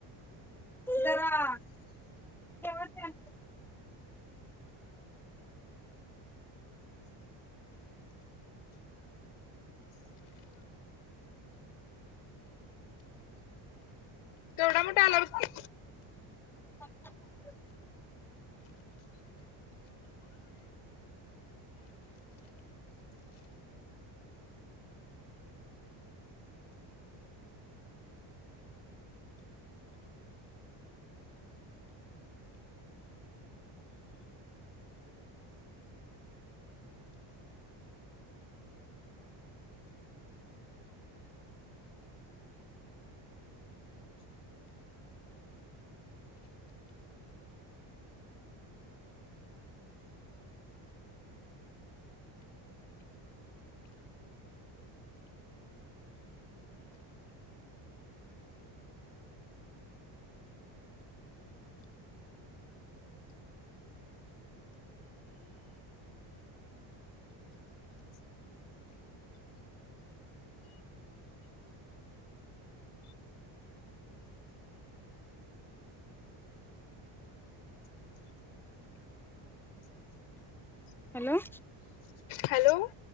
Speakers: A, in the centre; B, on the left.
A: जरा ठेवा ते.
B: तो मोठ्ठा आल्यावरच की
A: <unintelligible> हॅलो.
B: हॅलो.